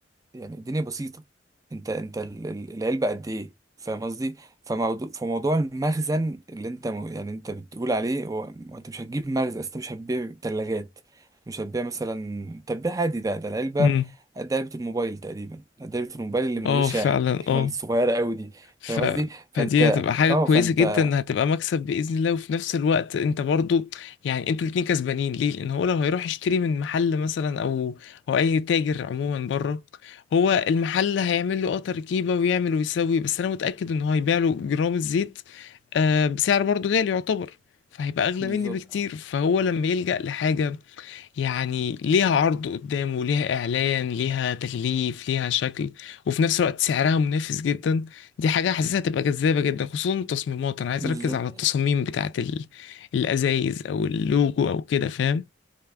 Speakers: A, on the right; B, on the left.
A: يعني الدنيا بسيطة انت انت ال- ال- العلبة قد ايه فاهم قصدي فموضوع فموضوع المخزن اللي انت م- يعني انت بتقول عليه هو هو انت مش هتجيب مخزن أصل انت مش هتبيع تلاجات مش هتبيع مثلا تبيع عادي ده ده العلبة
B: أمم.
A: قد علبة الموبايل تقريبا قد علبة الموبايل اللي من
B: اه
A: غير شاحن
B: فعلا
A: <laughs> اللي
B: اه
A: هو الصغيرة قوي دي
B: ف...
A: فاهم قصدي فانت
B: فدي هتبقى حاجة
A: اه
B: كويسة
A: فانت
B: جدا هتبقى مكسب بإذن الله وفي نفس الوقت انت برضو يعني انتوا الاتنين كسبانين ليه؟ لأن هو لو هيروح يشتري من محل مثلا أو أو أي تاجر عموما بره هو المحل هيعمل له اه تركيبة ويعمل ويسوي بس أنا متأكد إن هو هيبيع له جرام الزيت آه بسعر برضو غالي يعتبر فهيبقى أغلى
A: بالظبط
B: مني بكتير فهو لما يلجأ لحاجة يعني ليها عرض قدام وليها إعلان ليها تكليف ليها شكل وفي نفس الوقت سعرها منافس جدا دي حاجة حاسسها تبقى جذابة جدا خصوصا التصميمات أنا عايز
A: بالظبط
B: أركز على التصاميم بتاعة ال... الأزايز أو اللوجو أو كده فاهم